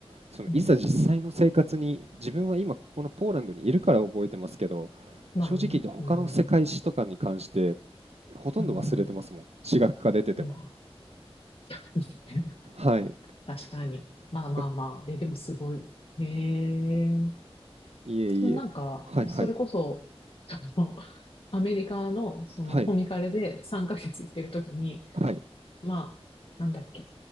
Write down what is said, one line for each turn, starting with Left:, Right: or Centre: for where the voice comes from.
Right: そのいざ実際の生活に、
Left: うん。
Right: 自分は今ここのポーランドにいるから覚えてますけど、
Left: まあね。
Right: 正直言って他の世界史とかに関して、
Left: うん。
Right: ほとんど忘れてますもん。
Left: うん。
Right: 史学科出てても。
Left: まあ。<laughs>
Right: はい。
Left: 確かに。まあまあまあ。
Right: だ
Left: え、でもすごい。へえ。
Right: いえいえ。
Left: なんか、
Right: はいはい。
Left: それこそ、あの、アメリカの、その、
Right: はい。
Left: コミカレで3ヶ月行ってる時に、
Right: はい。
Left: まあ、なんだっけ、